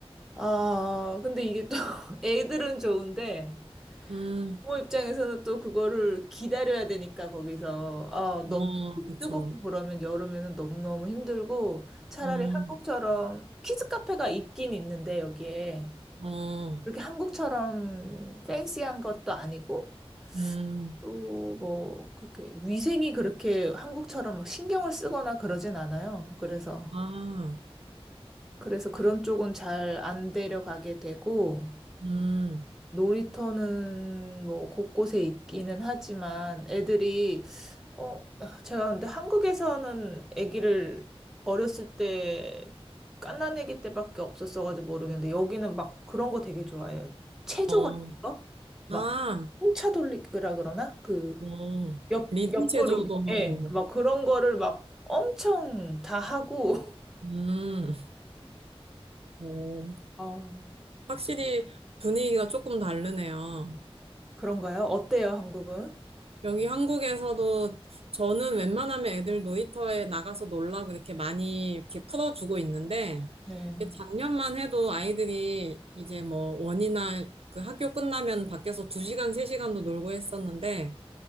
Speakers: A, in the centre; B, on the right (about 70°).
A: 아, 근데 이게 또 <laughs> 애들은 좋은데
B: 음,
A: 부모 입장에서는 또 그거를 기다려야 되니까 거기서 아,
B: 어,
A: 너무 햇빛이
B: 그쵸.
A: 뜨겁고 그러면 여름에는 너무너무 힘들고 차라리
B: 음,
A: 한국처럼 키즈 카페가 있긴 있는데 여기에
B: 어,
A: 그렇게 한국처럼 팬시한 것도 아니고
B: 음,
A: 또 뭐 그렇게 위생이 그렇게 한국처럼 막 신경을 쓰거나 그러진 않아요. 그래서
B: 아,
A: 그래서 그런 쪽은 잘 안 데려가게 되고
B: 음,
A: 놀이터는 뭐 곳곳에 있기는 하지만 애들이 어 제가 근데 한국에서는 아기를 어렸을 때 갓난아기 때밖에 없었어가지고 모르겠는데 여기는 막 그런 거 되게 좋아해요. 체조
B: 어,
A: 같은 거? 막
B: 아,
A: 풍차 돌리기라 그러나? 그
B: 어,
A: 옆,
B: 리듬
A: 옆구르기,
B: 체조도 하고,
A: 예,
B: 막,
A: 막 그런 거를 막 엄청 다 하고, <laughs>
B: 음, 어,
A: 아,
B: 확실히 분위기가 조금 다르네요.
A: 그런가요? 어때요, 한국은?
B: 여기 한국에서도 저는 웬만하면 애들 놀이터에 나가서 놀라고 이렇게 많이 이렇게 풀어주고 있는데
A: 네.
B: 이게 작년만 해도 아이들이 이제 뭐 원이나 그 학교 끝나면 밖에서 두시간세시간도 놀고 했었는데